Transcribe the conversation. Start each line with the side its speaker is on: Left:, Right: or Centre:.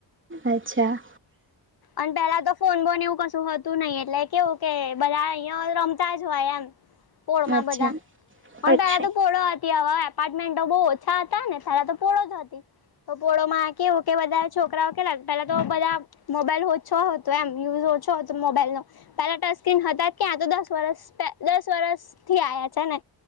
Right: અચ્છા
Left: અને પેલા તો ફોન બોન એવું કશું હતું નહિ એટલે કેવું કે બધા અહિયાં રમતા જ હોય એમ પોળમાં
Right: અચ્છા
Left: બધા પણ
Right: અચ્છા અચ્છા
Left: પેલા તો પોળો હતી હવા એપાર્ટમેન્ટો બહ ઓછા હતા ને સારા તો પડો જ હતી પોળો વ કે બધારે છોકરાઓ કેલા પેલા તો બધા મોબાઈલ ઓછો હતો એમ યુઝ ઓ છો તો મોબાઈલ નો પેલા ટચ સ્ક્રીન હતા જ ક્યાં તો દસ વર્સ દસ વરષથી આવ્યા છે ને